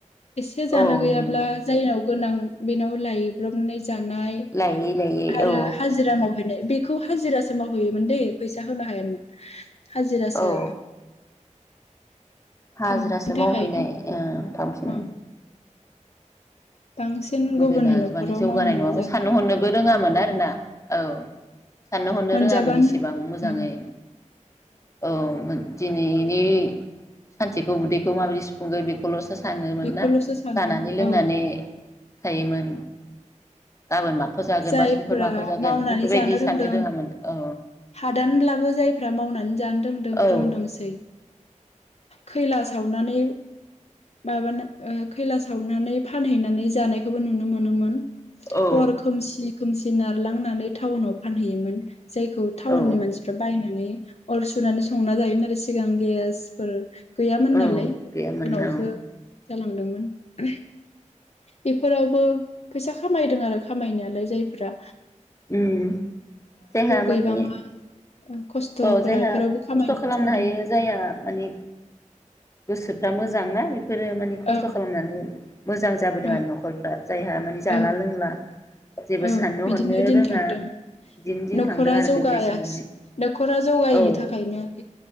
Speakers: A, on the left; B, on the left.
A: एसे जानो
B: औ
A: गैयाब्ला
B: नुयोमोन
A: गोनां बेनाव लायब्रबनाय जानाय
B: लायै लायै
A: आरो
B: औ
A: हाजिरा मावनाय हैनाय बेखौ हाजिरासो मावहैयोमोन दैे फैसा होनो हायामोन। हाजिरासो
B: औ हाजिरासो
A: थांनो थाखायनो
B: मावहैनाय ओ थांफिनो।
A: ओं बांसिन
B: गोदोना
A: गुबुननि न'खराव
B: माने जौगानाय
A: मावनानै
B: नङामोन
A: जानाय
B: साननो हनोबो रोङामोन आरोना औ साननो हनो
A: मोनजाबानो
B: रोङामोन इसेबां मोजाङै
A: औ
B: औ दिनैनि सानसेखौ उदैखौ माबायदि सुफुंगोन बेखौल' सानोमोन
A: बेखौल'सो
B: ना
A: सानोमोन
B: जानानै लोंनानै
A: औ
B: थायोमोन गाबोन मा माखौ जागोन
A: जायफ्रा
B: बा समफोर माखौ जागोन
A: मावनानै
B: बेफोरबायदि
A: जानो रोंदों
B: साननो रोङामोन औ।
A: हादानब्लाबो जायफ्रा मावनानै जानो रोंदों
B: औ
A: रोंदोंसै खैला सावनानै माबाना खैला सावनानै फानहैनानै जानायखौबो नुनो मोनोमोन।
B: औ
A: हर खोमसि खोमसि नारलांनानै टाउनाव फानहैयोमोन जायखौ टाउननि
B: औ
A: मानसिफ्रा बायनानै अर सुनानै संना जायोमोन आरो सिगां गेसफोर गैयामोन
B: औ
A: नालाय
B: गैयामोन
A: उनावसो
B: औ
A: जालांदोंमोन <unintelligible> बेफोरावबो फैसा खामायदों आरो खामायनायालाय जायफ्रा
B: उ देहाया
A: गैबाङा
B: मानि
A: खस्थ'फोरा
B: औ जायहा
A: बेफोरावबो खामायनानै
B: खस्थ' खालामनो
A: जादों
B: हायो जायहा माने गोसो दा मोजां ना? फोरो मानि खस्थ'
A: औ
B: खालामनानै मोजां जाबोदों
A: औ
B: आरो न'खरफ्रा जायहा माने जाला
A: औ
B: लोंला जेबो
A: औ
B: साननो
A: बिदिनो
B: हनो
A: दिन
B: रोङा
A: थांदों
B: बिदिनो दिन
A: न'खरा
B: थांदों आरो
A: जौगायाखि
B: गोग्लैसोनानै।
A: नख'रा जौगायैनि
B: औ
A: थाखायनो